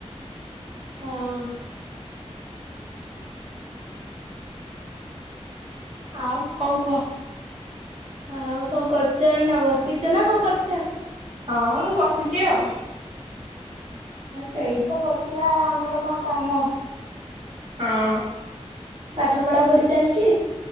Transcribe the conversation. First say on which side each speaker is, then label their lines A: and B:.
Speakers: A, on the right; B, on the right.
A: ହଁ
B: ଆଉ କଣ କୁହ
A: ଆଉ କଣ କରୁଛ ଏନା ବସିଛ ନା କଣ କରୁଛ
B: ହଁ ମୁ ବସିଛି ଆଉ
A: ସେଇ ତ ବସିବା ଆଉ ଆମର କଣ କାମ
B: ହଁ
A: ପାଠ ପଢା ପଢି ଚାଲିଚ